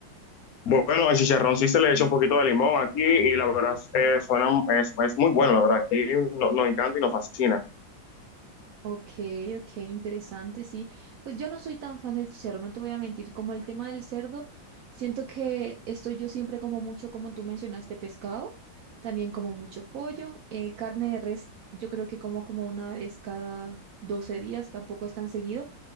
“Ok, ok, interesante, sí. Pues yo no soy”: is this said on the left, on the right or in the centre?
Right